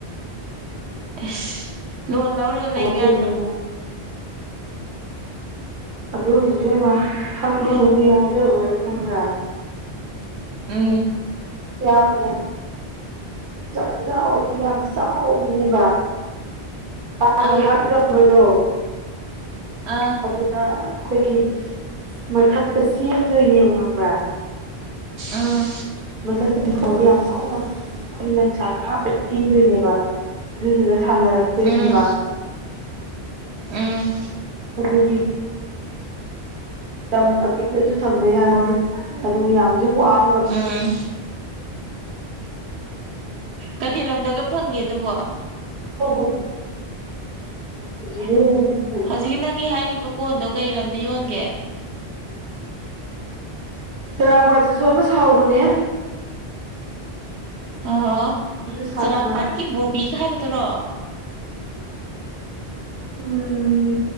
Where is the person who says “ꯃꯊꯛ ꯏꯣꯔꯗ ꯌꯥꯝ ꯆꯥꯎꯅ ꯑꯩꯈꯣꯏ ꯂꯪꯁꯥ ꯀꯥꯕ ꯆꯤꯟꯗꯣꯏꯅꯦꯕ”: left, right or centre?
Right